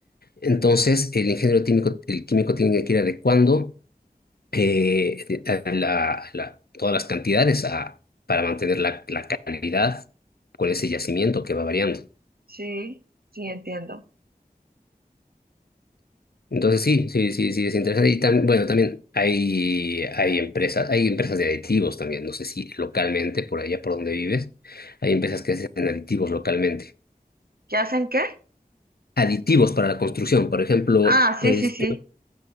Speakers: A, on the left; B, on the right.
A: Entonces, el ingeniero químico, el químico tiene que ir adecuando eh, la- la- todas las cantidades a- para mantener la, la calidad con ese yacimiento que va variando.
B: Sí, sí, entiendo.
A: Entonces sí, sí, sí, sí, es interesante. Y tam- bueno, también hay, hay empresas, hay empresas de aditivos también, no sé si localmente, por allá por donde vives, hay empresas que hacen aditivos localmente.
B: ¿Qué hacen qué?
A: Aditivos para la construcción, por ejemplo,
B: Ah, sí,
A: es,
B: sí, sí.